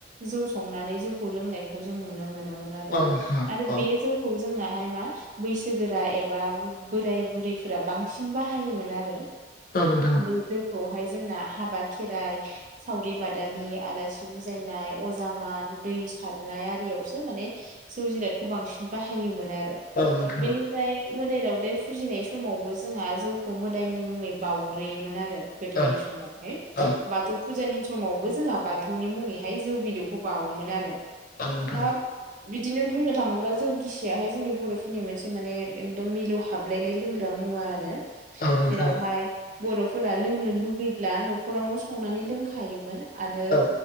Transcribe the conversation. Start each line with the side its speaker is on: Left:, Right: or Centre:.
Right: जौ संनानै जौखौ लोंनायखौ जों नुनो मोनोमोन। आरो
Left: औ नोंथां
Right: आरो
Left: औ
Right: बे जौखौ जोंनाहाय मा बैसोगोरा एबा बोराय बुरैफोरा बांसिन बाहायोमोन आरो।
Left: <unintelligible>
Right: बे जौखौहाय जोंना हाबा खेराइ सावरि बादालि आलासि बुजायनाय अजा मान दै सारनाय आरियावसो माने जौ जिरादखौ बांसिन बाहायोमोन आरो।
Left: औ नोंथां औ।
Right: ओमफ्राय मोदाय दावदाइ फुजिनाय समावबो जोंहा जौखौ मोदायनि मुङै बावग्रोयोमोन आरो। गोदोनि
Left: औ
Right: समावहाय
Left: औ औ
Right: बाथौ फुजानि समावबो जोंहा बाथौनि मुङै हाय जौ बिदौखौ बावोमोन आरो।
Left: औ नोंथां
Right: दा बिदिनो बुंनो थाङोब्ला जौ गिसियाहाय जोंनि बर'फोरनि मोनसे माने एकदम मिलौ हा हाबलायनाय लोंग्रा मुवा आरो जेरावहाय
Left: औ नोंथां औ नोंथां औ
Right: बर'फोरा लोंनो लुबैब्ला न'खरावनो संनानै लोंखायोमोन आदो
Left: औ